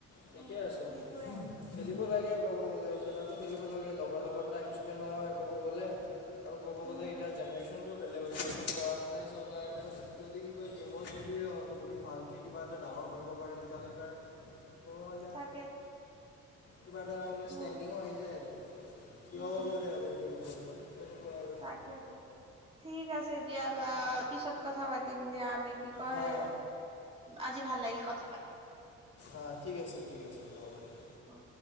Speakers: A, on the left; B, on the right.
A: ঠিকে
B: উম
A: আছ
B: সেইটোৱে আৰু
A: খেলিব লাগে ক'ব গ'লে খেলাটো খেলিব লাগে লগৰ লগত টাইম স্পেণ্ড হয় ক'ব গ'লে। আৰু ক'ব গ'লে
B: উম হম
A: এতিয়াৰ জেনেৰেশ্যনটো বেলেগ হৈছে এতিয়া পঢ়া শুনাই চব নহয় এটা কি কয় গেমৰ থুৰুদিয়ে হওক যদি ভালকে কিবা এটা ডাঙৰ কৰিব পাৰে তেতিয়াহ'লে ত' হ'লে
B: তাকে
A: কিবা এটা মানে ষ্টেণ্ডিঙো
B: উম
A: আহি যায় আৰু কিয়ও
B: উম
A: কৰে আৰু এইটো লোকৰলো তেনেকুৱা আৰু
B: একে তাক ঠিক আছে দিয়া বা পিছত কথা পাতিম দিয়া আমি কি কয়
A: হা
B: আজি ভাল লাগিল কথা পাতিম।
A: অ ঠিক আছে ঠিক আছে দিয়া হ'ব দিয়ক।
B: অ